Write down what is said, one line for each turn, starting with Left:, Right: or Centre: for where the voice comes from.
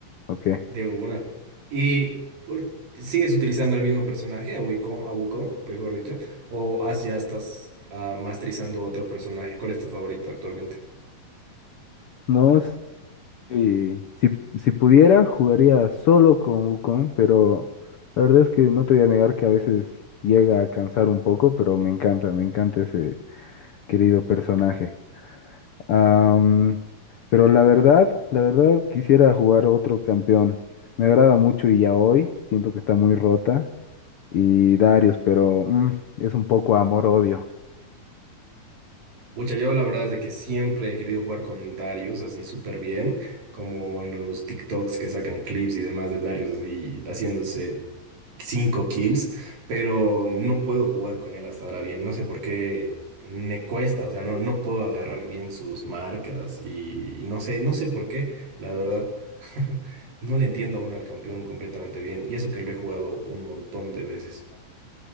Left: Ok.
Right: de una. ¿Y ul- sigues utilizando el mismo personaje, a Wukong, a Wukong, mejor dicho? ¿O has- ya estás ah, masterizando otro personaje? ¿Cuál es tu favorito actualmente?
Left: No Sí, si, si pudiera, jugaría solo con Wukong, pero la verdad es que no te voy a negar que a veces llega a cansar un poco, pero me encanta, me encanta ese querido personaje. Am, pero la verdad, la verdad quisiera jugar otro campeón. Me agrada mucho y ya hoy siento que está muy rota. Y Darius, pero mm, es un poco amor-odio.
Right: Pucha, yo la verdad es de que siempre he querido jugar con Darius así súper bien, como en los TikToks que sacan clips y demás de Darius así haciéndose cinco kills, pero no puedo jugar con él hasta ahora bien. No sé por qué me cuesta, o sea, no, no puedo agarrar bien sus marcas y, y no sé, no sé por qué, la verdad. <laughs> No le entiendo aún al campeón completamente bien, y eso que lo he jugado un montón de veces.